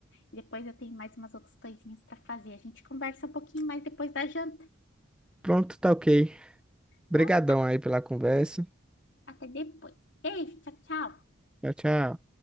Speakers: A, on the left; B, in the centre.
A: E depois eu tenho mais umas outras coisinhas para fazer. A gente conversa um pouquinho mais depois da janta.
B: Pronto, tá ok. Obrigadão
A: Então tá,
B: aí pela conversa.
A: até depois. Beijo, tchau, tchau.
B: Tchau, tchau.